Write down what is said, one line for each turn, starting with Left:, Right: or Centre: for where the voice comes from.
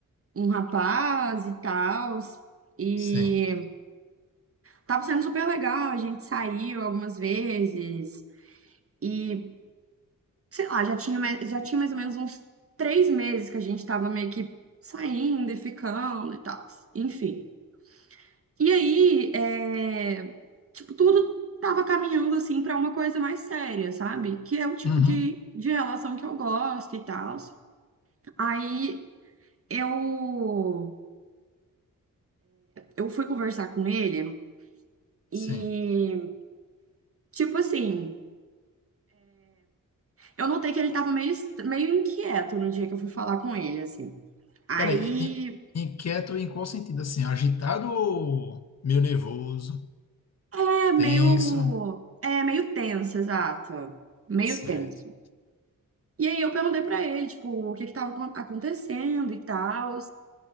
Right: um rapaz e tal, e
Left: sim.
Right: tava sendo super legal, a gente saiu algumas vezes. e sei lá, já tinha, mais- já tinha mais ou menos uns três meses que a gente tava meio que saindo e ficando e tal. Enfim. E aí, é, tipo, tudo tava caminhando assim pra uma coisa mais séria, sabe? Que é o tipo
Left: Uhum,
Right: de, de relação que eu gosto e tal. Aí eu, eu fui conversar com ele e,
Left: sim.
Right: tipo assim, eu notei que ele tava meio, est- meio inquieto no dia que eu fui falar com ele, assim. Aí
Left: Peraí, in- in- inquieto em qual sentido? Assim, agitado ou meio nervoso,
Right: É meio,
Left: tenso?
Right: é meio tenso, exato. Meio
Left: Certo.
Right: tenso. E aí eu perguntei pra ele, tipo, o que que tava acon- acontecendo e tal.